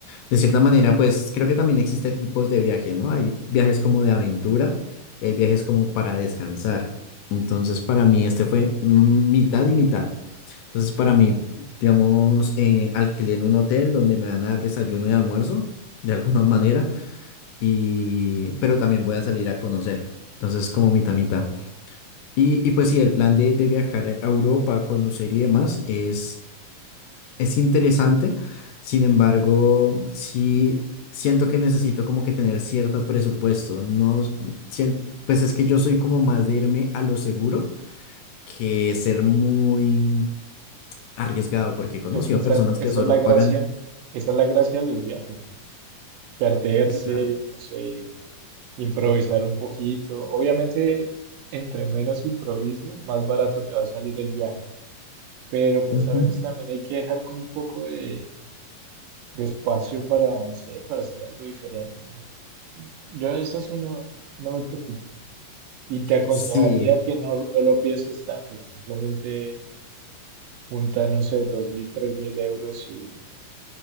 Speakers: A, on the left (about 75°); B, on the right (about 80°).
A: De cierta manera, pues creo que también existe tipos de viajes, ¿no? Hay viajes como de aventura y hay viajes como para descansar. Entonces, para mí este fue mm, mitad y mitad. Entonces, para mí, digamos, eh, alquilé en un hotel donde me van a dar desayuno y almuerzo, de alguna manera, y... pero también voy a salir a conocer. Entonces, como mitad, mitad.
B: Entonces,
A: Y, y pues sí, el plan de, de viajar a Europa, conocer y demás es es interesante, sin embargo, sí siento que necesito como que tener cierto presupuesto. No, s- sien- pues es que yo soy como más de irme a lo seguro que ser muy arriesgado, porque he conocido
B: pues quizás
A: personas
B: esa
A: que solo
B: es la gracia,
A: pagan.
B: esa es la gracia de los viajes, es perderse,
A: Claro.
B: no sé, improvisar un poquito. Obviamente, entre menos improvises, más barato te va a salir el viaje. Pero pues
A: Ujú.
B: a veces también hay que dejar como un poco de, de espacio para, no sé, para hacer algo diferente, ¿no? Yo eso sí no, no me preocupo Y te aconsejaría
A: Sí.
B: que no, no lo pienses tanto, simplemente junta, no sé, dos mil, tres mil euros y